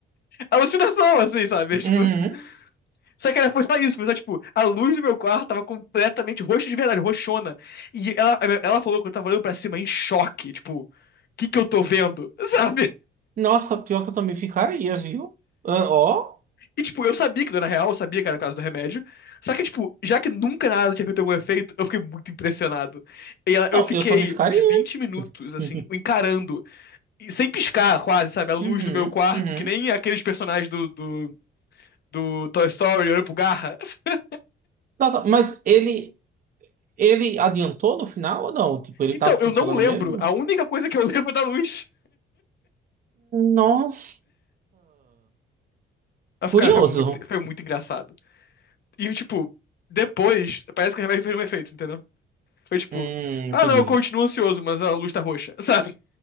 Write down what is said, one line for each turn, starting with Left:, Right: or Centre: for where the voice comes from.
Left: alucinação, assim, sabe?
Right: Uhum.
Left: Tipo, só que era, foi só isso, foi só, tipo, a luz do meu quarto tava completamente roxa de verdade, roxona. E ela, ela falou que eu tava olhando pra cima em choque, tipo, o que que eu tô vendo, <laughs> sabe?
Right: Nossa, pior que eu também ficaria, viu? Ah, ó.
Left: E, tipo, eu sabia que não era real, eu sabia que era o caso do remédio. Só que, tipo, já que nunca nada tinha feito algum efeito, eu fiquei muito impressionado. E ela- eu
Right: Não,
Left: fiquei
Right: eu também ficaria.
Left: uns 20 minutos, assim,
Right: <laughs>
Left: encarando e sem piscar quase, sabe? A luz
Right: Uhum.
Left: do meu quarto,
Right: Uhum.
Left: que nem aqueles personagens do, do, do Toy Story olhando pro Garra. <laughs>
Right: Nossa, mas ele. Ele adiantou no final ou não? Tipo, ele
Left: Então,
Right: tava funcionando
Left: eu não lembro.
Right: mesmo?
Left: A única coisa que eu <laughs> lembro é da luz.
Right: Nossa,
Left: Aí, eu
Right: curioso.
Left: fico, cara, foi muito, foi muito engraçado. E, tipo, depois, parece que o remédio fez um efeito, entendeu? Foi tipo,
Right: Hum, entendi.
Left: ah, não, eu continuo ansioso, mas a luz tá roxa, sabe?